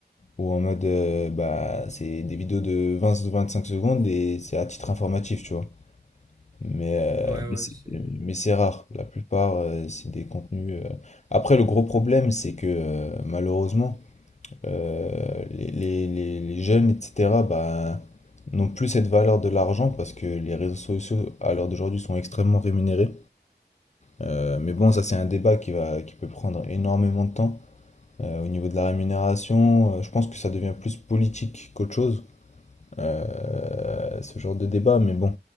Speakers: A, on the left; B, on the right.
A: où en mode, euh, bah, c'est des vidéos de 20-25 secondes et c'est à titre informatif, tu vois. Mais, euh,
B: Ouais, ouais,
A: mais c'est
B: c'est.
A: mais c'est rare. La plupart, euh, c'est des contenus... euh. Après, le gros problème, c'est que euh, malheureusement euh, les, les- les- les jeunes, etc., bah, n'ont plus cette valeur de l'argent parce que les réseaux sociaux, à l'heure d'aujourd'hui, sont extrêmement rémunérés. Euh, mais bon, ça, c'est un débat qui va, qui peut prendre énormément de temps. Euh, au niveau de la rémunération, euh, je pense que ça devient plus politique qu'autre chose, euh, ce genre de débat. Mais bon,